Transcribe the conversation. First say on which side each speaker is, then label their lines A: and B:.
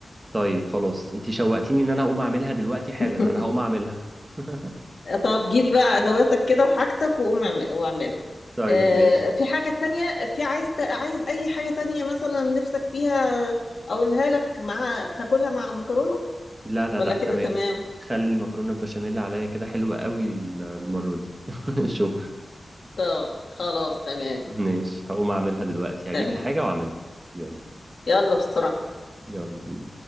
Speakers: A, on the right; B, on the left.
A: طيب خلاص انت شوقتيني ان انا اقوم اعملها دلوقتي حالا
B: <laughs>
A: انا هقوم اعملها <laughs>
B: طب جيب بقى ادواتك كده وحاجتك وقوم اعمل- واعملها
A: طيب
B: آه،
A: ماشي
B: في حاجة تانية في عايز ت- عايز اي حاجة تانية مثلا نفسك فيها اقولها لك مع تاكلها مع المكرونة
A: لا لا
B: ولا
A: لا
B: كده
A: تمام
B: تمام
A: خلي المكرونة البشاميل عليا كده حلوة قوي ال- المرة دي <laughs> شكرا
B: طب خلاص تمام
A: ماشي هقوم اعملها دلوقتي
B: تمام
A: هجيب الحاجة واعملها يلا
B: يلا بسرعة
A: يلا بينا